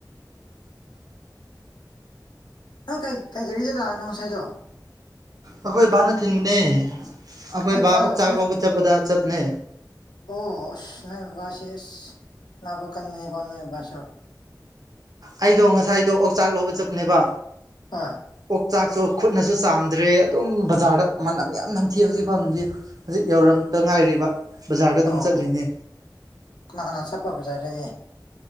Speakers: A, on the left; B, on the right.
A: ꯅꯪ ꯀꯩ ꯀꯩ ꯔꯤꯗ ꯂꯥꯛꯑꯅꯣ ꯉꯁꯥꯏꯗꯣ
B: ꯑꯩꯈꯣꯏ ꯕꯥꯅ ꯊꯤꯟꯕꯅꯦ ꯑꯩꯈꯣꯏ
A: ꯅꯣꯏ
B: ꯕꯥ ꯑꯣꯛꯆꯥꯛ
A: ꯅꯣꯏ
B: ꯂꯧꯕ ꯆꯠꯄꯗ ꯆꯠꯄꯅꯦ
A: ꯑꯣ ꯑꯁ ꯅꯣꯏ ꯕꯕꯥꯁꯤ ꯑꯁ ꯅꯥꯕ ꯀꯟꯃꯤꯅꯦꯀꯣ ꯅꯣꯏ ꯕꯥꯁꯨ
B: ꯑꯩꯗꯣ ꯉꯁꯥꯏꯗꯣ ꯑꯣ ꯆꯥꯛ ꯂꯧꯕ ꯆꯞꯅꯦꯕ
A: <unintelligible>
B: ꯑꯣꯛꯆꯥꯛꯁꯨ ꯈꯨꯠꯅꯁꯨ ꯆꯥꯝꯗ꯭ꯔꯦ ꯑꯗꯨꯝ ꯕꯖꯥꯔꯗ ꯃꯅꯝ ꯌꯥꯝ ꯅꯝꯊꯤ ꯍꯧꯖꯤꯛ ꯐꯥꯎꯗꯤ ꯍꯧꯖꯤꯛ ꯌꯥꯎꯔꯪꯗ ꯉꯥꯏꯔꯤꯕ ꯕꯖꯥꯔꯗ ꯑꯗꯨꯝ
A: ꯑꯣ
B: ꯆꯠꯂꯤꯅꯦ
A: ꯀꯅꯥ ꯀꯅꯥ ꯆꯠꯄꯕꯖ ꯍꯥꯏꯔꯗꯤ